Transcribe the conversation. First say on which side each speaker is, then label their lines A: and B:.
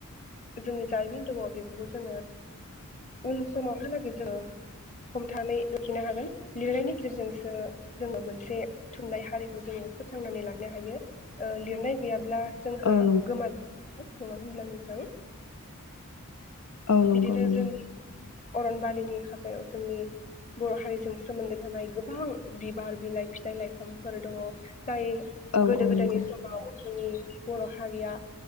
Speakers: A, on the left; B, on the left.
A: जोंनि जारिमिन दङ बेफोरखौ जोङो उन समावहालागै जोङो हमथानानै लाखिनो हागोन लिरनायनि गेजेरजोंसो जोङो मोनसे थुनलाइ हारि जोङो फोथांनानै लानो हायो ओ लिरनाय गैयाब्ला जोंहा
B: औ नं
A: नङा होनब्ला नोंथां?
B: औ नंगौ
A: बिदिनो
B: नंगौ
A: जों अरनबारिनि हा ग्रायाव जोंनि बर' हारिजों सोमोन्दो थानाय गोबां बिबार बिलाइ फिथाइ लाइफांफोर दङ। जाय
B: औ
A: गोदो
B: औ नंगौ
A: गोदायनि समाव नि बर' हारिया